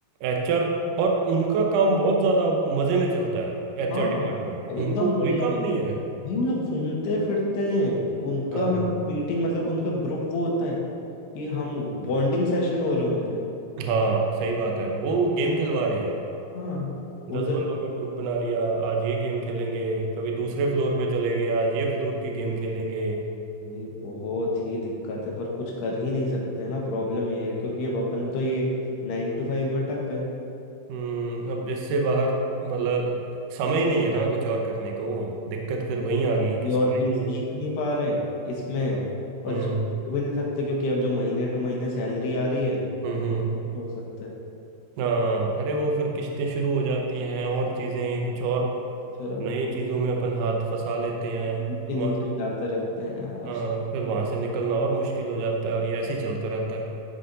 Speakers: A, on the right; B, on the left.
A: एचआर और उनका काम बहुत ज्यादा मजे में चलता है एचआर
B: हाँ
A: डिपार्टमेंट उनको
B: एकदम
A: कोई
B: बढ़िया
A: काम नहीं है
B: भाई वो लोग घूमते फिरते हैं उनका
A: हाँ
B: मतलब मीटिंग मतलब उनका ग्रुप वो होता है कि हम बॉन्डिंग सेशन हो रहे हैं उनके
A: हाँ सही बात है वो गेम खिलवा रहे हैं
B: हाँ वो
A: दस
B: उधर
A: बंदों का ग्रुप बना लिया आज ये गेम खेलेंगे कभी दूसरे फ्लोर पे चले गए आज ये फ्लोर के गेम खेलेंगे
B: ये बहुत ही दिक्कत है पर कुछ कर ही नहीं सकते ना प्रॉब्लम ये है क्योंकि अब अपन तो ये नाइन टू फाइव में अटक गए
A: हम्म अब इससे बाहर मतलब समय ही नहीं है ना कुछ और करने को दिक्कत फिर वही आ गई कि
B: ये
A: समय
B: और चीज
A: ही नहीं
B: सीख
A: है
B: नहीं पा रहे इसमें
A: हम्म
B: और इसको छोड़ भी नहीं सकते क्योंकि अब जो महीने टू महीने सैलरी आ रही है
A: हम्म
B: वो
A: हम्म,
B: नहीं छोड़ सकते
A: हाँ अरे वो फिर किस्तें शुरू हो जाती हैं और चीजें कुछ और
B: तो फिर अब
A: नए चीजों में अपन हाथ फंसा लेते हैं
B: नीचे
A: फिर वहां
B: नीचे
A: से
B: जाते रहते हैं यार
A: हाँ फिर वहां से निकलना और मुश्किल हो जाता है और ये ऐसे ही चलता रहता है